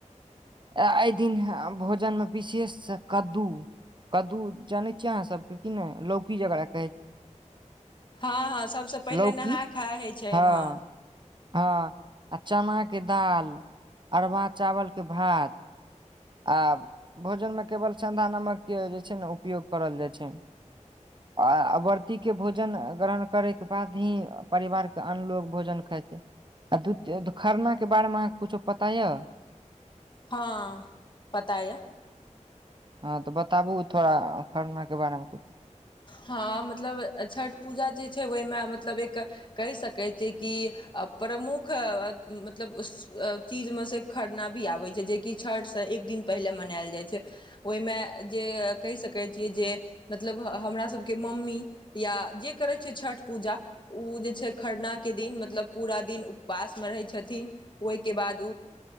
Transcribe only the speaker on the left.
हँ हँ सबसे पहिले
नहाय खाय हइ छै
हाँ
हँ पता यो
हँ मतलब छठ पूजा जे छै ओहिमे मतलब एक कहि सकैत छिय कि अ प्रमुख मतलब चीज मे सँ खरना भी आबै छै जेकि छठसँ एक दिन पहिले मनैल जाइ छै। ओइमे जे कहि सकै छियै जे मतलब हमरा सबके मम्मी या जे करै छै छठ पूजा ऊ जे छै खरनाके दिन मतलब पूरा दिन उपवासमे रहै छथिन। ओइके बाद